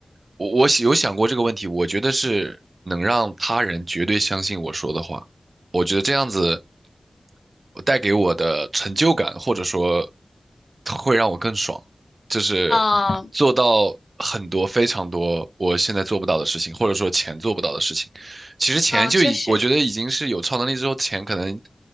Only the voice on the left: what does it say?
嗯
嗯，确实